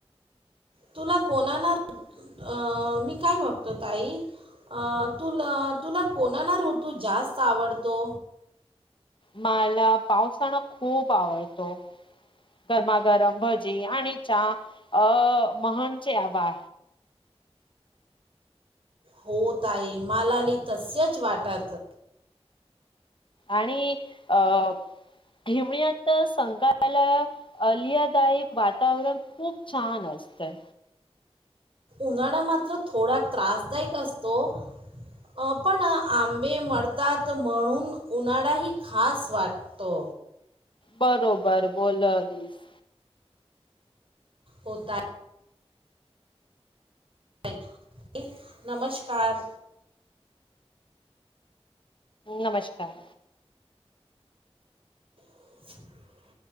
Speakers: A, on the right (about 55°); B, on the left (about 50°).
A: तुला कोणा ना अ मी काय म्हणतो ताई अ तुला तुला कोणाला ऋतू जास्त आवडतो?
B: माला पावसाळा खूप आवडतो. गरमागरम भजी आणि चहा अ महनचे हवा
A: हो ताई मला ली तसचं वाटते.
B: आणि अ हिवयत संगल अलियादायक वातावरण खूप छान असतंय.
A: उन्हाळा मात्र थोडा त्रासदायक असतो. अ पण आंबे मडतात म्हणून उन्हाडाही खास वाट तो.
B: बरोबर बोलालीस.
A: हो ता अ इ नमस्कार.
B: नमस्कार.
A: <inaudible>